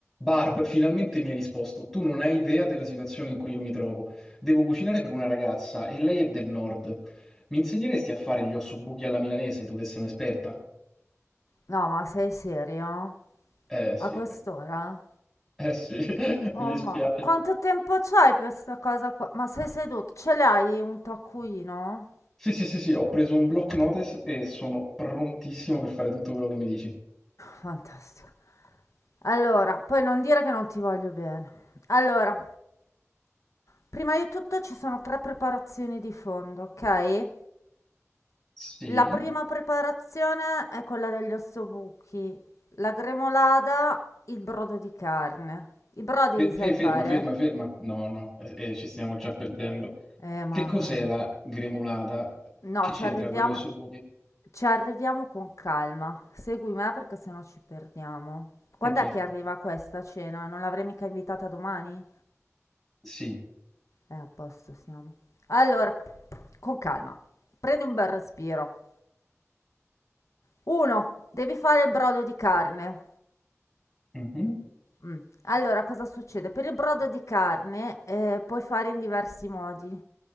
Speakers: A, in the centre; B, on the left.
A: Barb, finalmente mi hai risposto. Tu non hai idea della situazione in cui io mi trovo. Devo cucinare per una ragazza e lei è del nord. Mi insegneresti a fare gli ossobuchi alla milanese, tu che sei un'esperta?
B: No, ma sei serio?
A: Eh sì,
B: A quest'ora?
A: eh sì, <laughs> mi
B: Oh
A: dispiace.
B: mamma, quanto tempo c'hai per sta cosa qua? Ma sei seduto? Ce l'hai un taccuino?
A: Sì, sì, sì, sì, ho preso un block notice e sono prontissimo per fare tutto quello che mi dici.
B: Fantastico. Allora, poi non dire che non ti voglio bene. Allora, prima di tutto ci sono tre preparazioni di fondo, ok?
A: Sì?
B: La prima preparazione è quella degli ossobuchi, la gremolada, il brodo di carne. I brodi
A: Fe-
B: li sai
A: fe- ferma,
B: fare?
A: ferma, ferma. No, no, eh, eh, ci stiamo già perdendo.
B: Eh,
A: Che
B: mamma
A: cos'è
B: mia.
A: la gremolata?
B: No,
A: Che c'entra
B: ci arriviamo,
A: con gli ossobuchi?
B: ci arriviamo con calma. Segui me perché sennò ci perdiamo. Quando
A: Ok,
B: è che arriva questa cena? Non l'avrei mica invitata domani?
A: sì.
B: Eh, a posto siamo. Allora, con calma. Prendi un bel respiro. Uno, devi fare il brodo di carne.
A: Mhm.
B: Mm. Allora, cosa succede? Per il brodo di carne eh, puoi fare in diversi modi.